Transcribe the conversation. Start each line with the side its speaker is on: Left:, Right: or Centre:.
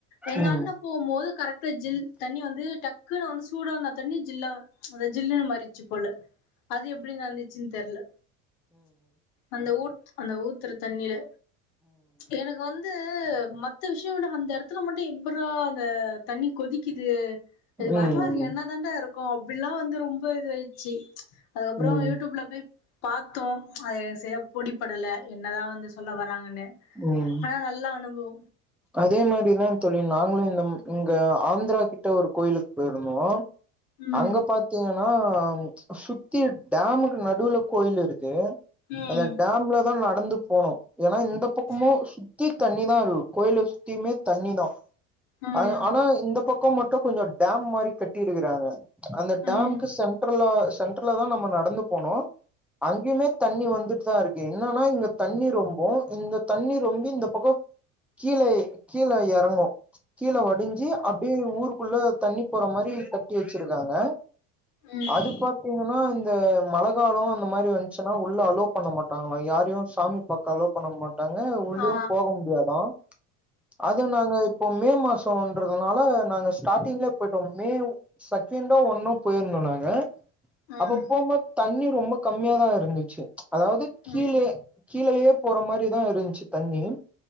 Left: எங்க
Centre: ம்
Left: அண்ண போம்போது கரெட்டா ஜில் தண்ணி வந்து டக்குனு வந்து சூடனா தண்ணி ஜில்லா ஜில்லுன்னு மாறிச்சி போல அது எப்டி நடந்துச்சின்னு தெர்ல அந்த ஊர் அந்த ஊத்துரத் தண்ணில எனக்கு வந்து மொட் மத்த விஷயோ விட அந்த எடத்துல மட்டு எப்பர்ரா அந்த தண்ணி கொதிக்கிது இது
Centre: ம்
Left: வரலாறு
Centre: ம்
Left: என்னதாண்டாருக்கு வந்து ரொம்ப இதுவாயிச்சு அதுக்கப்றோ
Centre: ம்
Left: யூடியூப்ல போய் பாத் தோம் அது எனக்கு செரியா புடிப்படல என்னதா வந்து சொல்லவ வராங்கனு
Centre: ம்
Left: ஆனா நல்லா அனுபவோ
Centre: அதே மாரிதா தோழி நாங்களு இந்த இங்க ஆந்திரா கிட்ட ஒரு கோயிலுக்கு போயிருந்தோ
Left: ம்
Centre: அங்க பாத்தீங் ன்னா சுத்தி டாமுக்கு நடுவுல கோயில் இருக்கு
Left: ம்
Centre: அந்த டாம்ல தா நட் நடந்து போனோ ஏன்னா இந்த பக்கமு
Left: ம்
Centre: சுத்தித் தண்ணி தா லு கோயில சுத்தியுமே தண்ணி தா
Left: ம்
Centre: அ ஆனா இந்த பக் கோ மட்டு கொஞ்சோ டாம் மாரி கட்டிருக்காங்க அந்த டாமுக்கு
Left: ம்
Centre: சென்ட்ரல சென்டரல தா நாம நடந்து போணு அங்கேயுமே தண்ணி வந்துட்டு தா இருக்கு என்னன்னா இங்க தண்ணி ரொம்போ இந்த தண்ணி ரொம்பி இந்த பக்கோ கீழே கீழே எறங்கு கீழ வடிஞ்சு அப்டியே ஊருக்குள்ள தண்ணி போற மாரி கட்டி வச்சிருக்காங்க
Left: ம்
Centre: அது பாத்தீங்னா இங் இப்ப மழகாலோ அந்த மாரி வந்துச்சுனா உள்ள அலோ பண்ண மாட்டாங்களா யாரையு சாமி பாக்க அலோ பண்ண மாட் டாங்க உள்ளையு
Left: ஆ
Centre: போக முடியாதா அதுவு நாங்க இப் இப்ப மே மாசோன்றதுனால நாங்க ஸ்டாட்டிங்லே போயிட்டோம் மே செக்கேண்தா ஒன்னோ போயிருந்தோ நாங்க
Left: ம்
Centre: அப்ப
Left: ம்
Centre: போம் போது தண்ணி ரொம்ப கம்மியாதா இருந்துச்சு அதாவது கீழே
Left: ம்
Centre: கீழேயே போற மாரிதா இருந்ச்சு தண்ணி